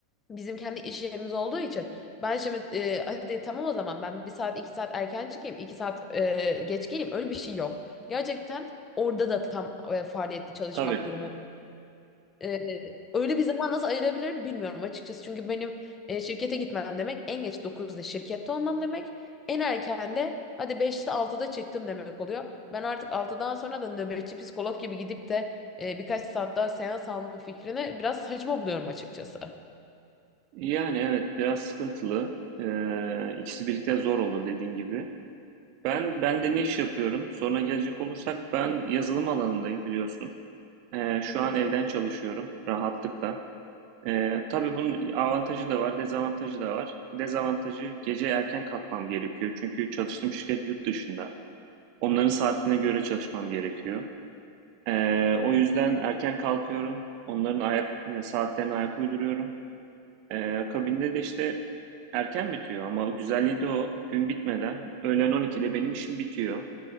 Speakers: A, on the left; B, on the right.
A: bizim kendi iş yerimiz olduğu için ben şimdi e, hadi tamam o zaman ben bir saat iki saat erken çıkayım iki saat e, geç geleyim öyle bir şey yok. Gerçekten orada da tam e, faaliyetli çalışmak
B: Tabii.
A: durumunda. Ee, öyle bir zaman nasıl ayırabilirim bilmiyorum açıkçası. Çünkü benim e, şirkete gitmem demek en geç dokuzda şirkette olmam demek. En erken de hadi beşte altıda çıktım demek oluyor. Ben artık altıdan sonra da nöbetçi psikolog gibi gidip de e, birkaç saat daha seans alma fikrini biraz saçma buluyorum açıkçası.
B: Yani evet biraz sıkıntılı. Ee, ikisi birlikte zor olur dediğin gibi. Ben ben de ne iş yapıyorum? Sonra gelecek olursak ben yazılım alanındayım biliyorsun. Ee, şu
A: Hı hı.
B: an evden çalışıyorum rahatlıkla. Ee, tabii bunun avantajı da var, dezavantajı da var. Dezavantajı gece erken kalkmam gerekiyor. Çünkü çalıştığım şirket yurt dışında. Onların saatine göre çalışmam gerekiyor. Ee, o yüzden erken kalkıyorum. Onların ayak e, saatlerine ayak uyduruyorum. Ee, akabinde de işte erken bitiyor ama güzelliği de o. Gün bitmeden öğlen 12'de benim işim bitiyor.